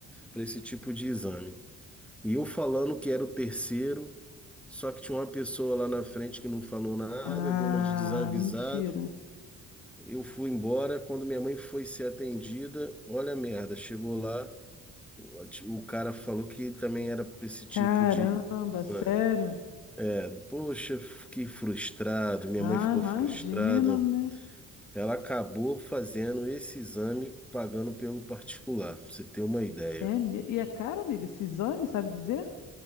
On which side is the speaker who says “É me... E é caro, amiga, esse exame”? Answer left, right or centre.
Left